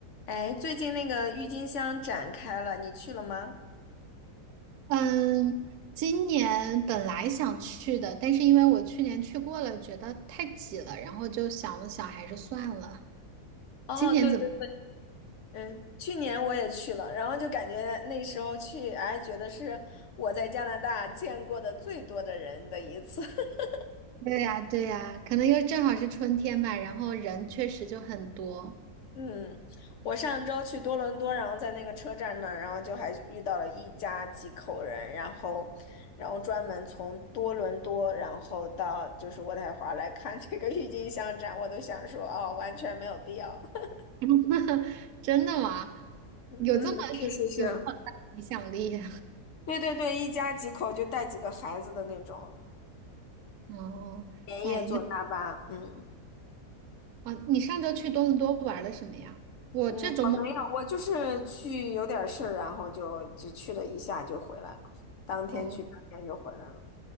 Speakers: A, on the left (about 60°); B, on the right (about 70°).
A: 哎，最近那个郁金香展开了，你去了吗？
B: 嗯，今年本来想去的，但是因为我去年去过了，觉得太挤了，然后就想了想，还是算了。
A: 哦，
B: 今年怎么？
A: 对对，嗯，去年我也去了，然后就感觉那时候去，哎，觉得是我在加拿大见过的最多的人的一次。<laughs>
B: 对呀，对呀，可能又正好是春天吧，然后人确实就很多。
A: 嗯，我上周去多伦多，然后在那个车站那儿，然后就还遇到了一家几口人，然后，然后专门从多伦多，然后到就是渥太华来看这个郁金香展，我都想说，哦，完全没有必要。<laughs>
B: <laughs> 真的吗？有这么
A: 嗯，是是是。
B: 有这么大的影响力？
A: 对对对，一家几口就带几个孩子的那种，
B: <laughs> 哦，
A: 连夜坐大巴。
B: 哎，那
A: 嗯
B: 哦，你上周去多伦多玩了什么呀？我这周末，
A: 嗯，我没有，我就是去有点事儿，然后就就去了一下就回来了，当天去，
B: 哦，
A: 当天就回来了。